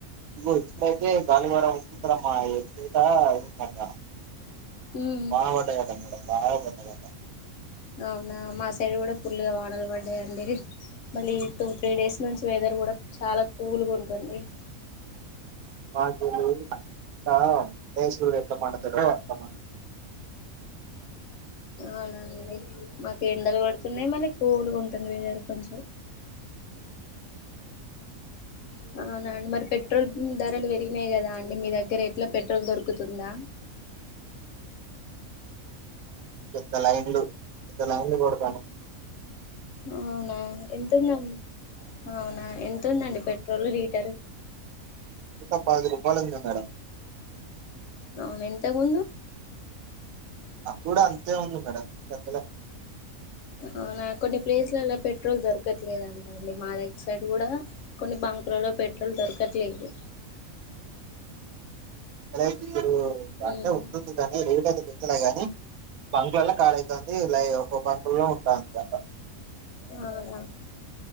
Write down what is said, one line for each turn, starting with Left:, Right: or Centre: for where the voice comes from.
Right: ఓ ఇట్ల అయితే గాలి వార వచ్చతారమ్మా చటకా
Left: ఉమ్
Right: వాన పడ్డది కదా మేడం బా పెట్టా క
Left: అవునా మా సైడ్ కూడా ఫుల్గా వాడలు పడ్డాయిండి. మళ్ళీ టూ త్రీ డేస్ నుంచి వెదర్ కూడా చాలా కూల్గా ఉంటుంది.
Right: వాకలికా కేస ఎర్తమద కూడా అర్త
Left: అవునండి మాకు ఎండలు పడుతున్నాయి, మళ్ళీ కూలుగా ఉంటుంది. వెదర కొంచెం అవునండి మరి పెట్రోల్ ధరలు పెరిగినాయి కదా అండి. మీ దగ్గర ఎట్లా పెట్రోల్ దొరుకుతుందా?
Right: ఇ లైన్లు ఇ లైన్లు పోడతను
Left: అవునా ఎంతన్నా అవునా ఎంత ఎతుందండి పెట్రోల్ లీటరు
Right: కుకా పాది రపాలుంది మేడం
Left: అవును ఇంత ముందు
Right: అప్పుడు అంతే ఉంది మేడం పెద్దల
Left: అవునా కొన్ని ప్లేస్లలో పెట్రోల్ దొరకట్లేదుంట అండి. మా దగ్గర సైడ్ కూడా కొన్ని బంకులలో పెట్రోల్ దొరకట్లేదు.
Right: ఇతే అట్లే
Left: ఉమ్
Right: ఉంటుంది. కానీ రేటు అయితే గుంచలే గాని బంకల్ల కాళీ అవుతుంది ఒం ఇ లో ఉంటామాటా
Left: అ హ